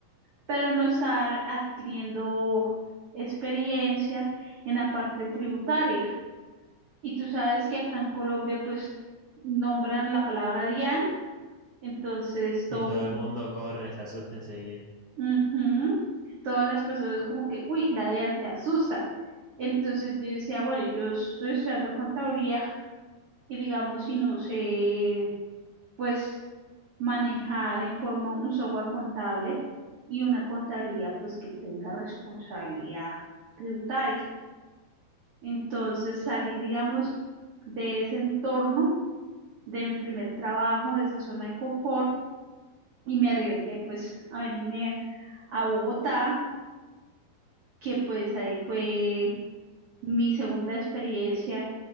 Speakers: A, on the right (about 85°); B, on the left (about 75°).
A: pero no estaba adquiriendo experiencia en la parte tributaria. Y tú sabes que acá en Colombia, pues, nombran la palabra Dian, entonces
B: Y
A: todo
B: todo
A: mundo,
B: el mundo corre, se asusta enseguida.
A: ujú, todas las personas como que, uy, la Dian se asusta. Entonces yo decía, bueno, yo estoy estudiando contaduría y digamos, si no sé, pues, manejar en forma un software contable y una contabilidad, pues, que tenga responsabilidad tributaria. Entonces salí, digamos, de ese entorno de mi primer trabajo, de esa zona de confort y me arriesgué pues a venirme a Bogotá, que pues ahí fue mi segunda experiencia